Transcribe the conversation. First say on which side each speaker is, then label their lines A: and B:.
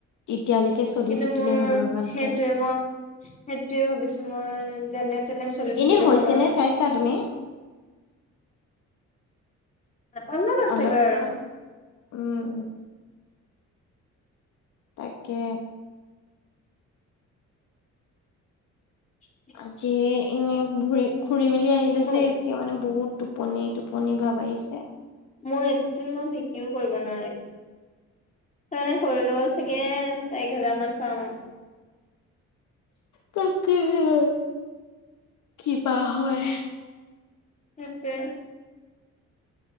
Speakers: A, on the left (about 70°); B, on the left (about 25°).
A: তেতিয়ালৈকে চলি
B: কিন্তু,
A: থাকিলেই
B: মোৰ
A: হ'ল আৰু ভালকে।
B: সেইটোৱে মোৰ সেইটোৱে ভাবিছো মই, যেনে-তেনে চলি থাকিলে
A: এনে হৈছে
B: হ'ল আৰু।
A: <unintelligible> তুমি
B: অনলাইন আছে
A: অলপ?
B: গৈ আৰু।
A: উম তাকে।
B: <inaudible>
A: আজি, ইনি ভৰিত ঘুৰি-মেলি আহিলো
B: মোৰ
A: যে, এতিয়া মানে বহুত, টোপনি, টোপনি ভাব আহিছে।
B: মোৰ এটিতো মই বিক্ৰীও কৰিব নোৱাৰিম। এনে কৰিলেও চাগে, এক হেজাৰ মান পাম আৰু।
A: তাকে হে, কিবা হয়।
B: তাকে।